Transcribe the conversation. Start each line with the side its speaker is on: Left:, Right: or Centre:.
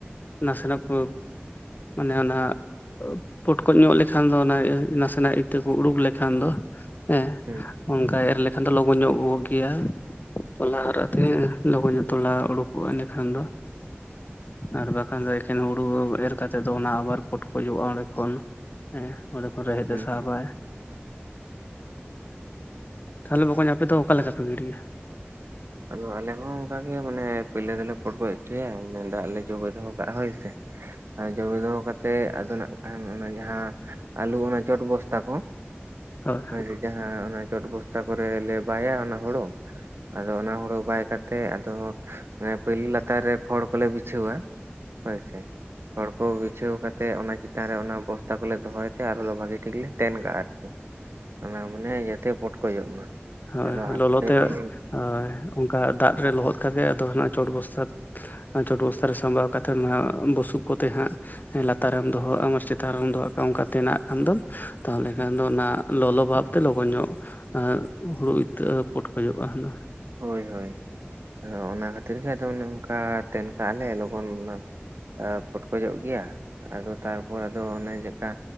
Left: ᱱᱟᱸᱥᱮᱱᱟᱜ <inaudible> ᱢᱟᱱᱮ ᱚᱱᱟ ᱯᱚᱴᱠᱚᱡ ᱧᱚᱜ ᱞᱮᱠᱷᱟᱱ ᱫᱚ ᱚᱱᱟ ᱱᱟᱥᱮᱱᱟᱜ ᱤᱛᱟᱹ ᱠᱚ ᱩᱰᱩᱠ ᱞᱮᱠᱷᱟᱱ ᱫᱚ ᱦᱮᱸ
Right: ᱦᱩᱸ
Left: ᱚᱱᱠᱟ ᱮᱨ ᱞᱮᱠᱷᱟᱱ ᱫᱚ ᱞᱚᱜᱚᱱ ᱧᱚᱜ ᱜᱮ ᱩᱰᱩᱜ ᱜᱤᱭᱟ, ᱛᱚᱞᱟ ᱦᱟᱨᱟᱜ ᱛᱮᱦᱮᱸ ᱞᱚᱜᱚᱱ ᱧᱚᱜ ᱛᱚᱞᱟ ᱩᱰᱩᱠᱚᱜᱼᱟ ᱮᱸᱰᱮᱠᱷᱟᱱ ᱫᱚ᱾ ᱟᱨ ᱵᱟᱠᱷᱟᱱ ᱫᱚ ᱮᱠᱷᱮᱱ ᱦᱩᱲᱩ ᱮᱨ ᱠᱟᱛᱮᱫ ᱫᱚ ᱚᱱᱟ ᱟᱵᱟᱨ ᱯᱚᱴᱠᱚᱡᱚᱜᱼᱟ ᱚᱸᱰᱮ ᱠᱷᱚᱱ ᱦᱮᱸ ᱚᱸᱰᱮ ᱠᱷᱚᱱ ᱨᱮᱦᱮᱫ
Right: ᱦᱩᱸ
Left: ᱮ ᱥᱟᱵᱟᱭ᱾
Right: ᱦᱩᱸ
Left: ᱛᱟᱦᱚᱞᱮ ᱵᱚᱠᱚᱧ ᱟᱯᱮ ᱫᱚ ᱚᱠᱟᱞᱮᱠᱟ ᱯᱮ ᱜᱤᱲᱤᱭᱟ?
Right: ᱟᱫᱚ ᱟᱞᱮ ᱦᱚᱸ ᱚᱱᱠᱟ ᱜᱮ ᱢᱟᱱᱮ ᱯᱳᱭᱞᱳ ᱫᱚᱞᱮ ᱯᱚᱴᱠᱚᱡ ᱦᱚᱪᱚᱭᱟ ᱢᱟᱱᱮ ᱫᱟᱜ ᱞᱮ ᱡᱚᱵᱮ ᱫᱚᱦᱚ ᱠᱟᱜᱼᱟ ᱦᱳᱭᱥᱮ? ᱟᱨ ᱡᱚᱵᱮ ᱫᱚᱦᱚ ᱠᱟᱛᱮᱫ ᱟᱫᱚ ᱱᱟᱜ ᱠᱷᱟᱱ ᱚᱱᱟ ᱡᱟᱦᱟᱸ ᱟᱹᱞᱩ ᱚᱱᱟ ᱪᱚᱴ ᱵᱚᱥᱛᱟ ᱠᱚ
Left: ᱦᱳᱭ
Right: ᱚᱱᱮ ᱡᱮ ᱡᱟᱦᱟᱸ ᱚᱱᱟ ᱪᱚᱴ ᱵᱚᱥᱛᱟ ᱠᱚᱨᱮᱞᱮ ᱵᱟᱭᱟ ᱚᱱᱟ ᱦᱳᱲᱳ, ᱟᱫᱚ ᱚᱱᱟ ᱦᱩᱲᱩ ᱵᱟᱭ ᱠᱟᱛᱮ ᱟᱫᱚ ᱢᱟᱱᱮ ᱯᱩᱭᱞᱩ ᱞᱟᱛᱟᱨ ᱨᱮ ᱠᱷᱚᱲ ᱠᱚᱞᱮ ᱵᱤᱪᱷᱟᱹᱣᱟ, ᱦᱳᱭ ᱥᱮ ᱠᱷᱚᱲ ᱠᱚ ᱵᱤᱪᱷᱟᱹᱣ ᱠᱟᱛᱮᱫ ᱚᱱᱟ ᱪᱮᱛᱟᱱ ᱨᱮ ᱚᱱᱟ ᱵᱚᱥᱛᱟ ᱠᱚᱞᱮ ᱫᱚᱦᱚᱭ ᱛᱮ ᱟᱨ ᱵᱷᱟᱜᱤ ᱴᱷᱤᱠ ᱞᱮ ᱛᱮᱱ ᱠᱟᱜᱼᱟ ᱟᱨᱠᱤ᱾ ᱚᱱᱟ ᱢᱟᱱᱮ ᱡᱟᱛᱮ ᱯᱚᱴᱠᱚᱡᱚᱜ ᱢᱟ᱾
Left: ᱦᱳᱭ
Right: ᱟᱫᱚ ᱦᱟᱞᱠᱟ
Left: ᱞᱚᱞᱚᱛ
Right: ᱡᱚᱠᱷᱚᱱ
Left: ᱛᱮ ᱦᱳᱭ ᱚᱱᱠᱟ ᱫᱟᱜ ᱨᱮ ᱞᱚᱦᱚᱫ ᱠᱟᱛᱮ ᱟᱫᱚ ᱦᱟᱱᱟ ᱪᱚᱴ ᱵᱚᱥᱛᱟ ᱪᱚᱴ ᱵᱚᱥᱛᱷᱟ ᱨᱮ ᱥᱟᱵᱟᱣ ᱠᱟᱛᱮᱫ ᱚᱱᱟ ᱵᱩᱥᱩᱵ ᱠᱚᱛᱮ ᱦᱟᱸᱜ ᱞᱟᱛᱟᱨ ᱨᱮᱢ ᱫᱚᱦᱚᱼᱟ ᱪᱮᱛᱟᱱ ᱨᱮᱢ ᱫᱚᱦᱚ ᱠᱟᱜ ᱚᱱᱠᱟᱛᱮᱱᱟᱜ ᱠᱷᱟᱱ ᱫᱚ ᱛᱟᱦᱞᱮ ᱠᱷᱟᱱ ᱫᱚ ᱚᱱᱟ ᱞᱚᱞᱚ ᱵᱷᱟᱵ ᱛᱮ ᱞᱚᱜᱚᱱ ᱧᱚᱜ ᱦᱩᱲᱩ ᱤᱛᱟᱹᱜ ᱯᱚᱴᱠᱚᱡᱚᱜᱼᱟ ᱟᱫᱚ ᱾
Right: ᱦᱳᱭ ᱦᱳᱭ ᱟᱫᱚ ᱚᱱᱟ ᱠᱷᱟᱹᱛᱤᱨ ᱜᱮ ᱟᱫᱚ ᱚᱱᱮ ᱚᱱᱠᱟ ᱛᱮᱱ ᱠᱟᱜᱼᱟ ᱞᱮ ᱞᱚᱜᱚᱱ ᱚᱱᱟ ᱮᱸ ᱯᱚᱴᱠᱚᱡᱚᱜ ᱜᱮᱭᱟ ᱟᱫᱚ ᱛᱟᱨᱯᱚᱨ ᱟᱫᱚ ᱚᱱᱮ ᱪᱮᱠᱟ